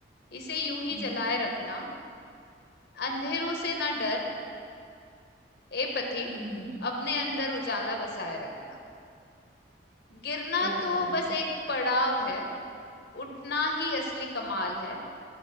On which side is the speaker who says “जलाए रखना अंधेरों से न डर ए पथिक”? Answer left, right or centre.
Left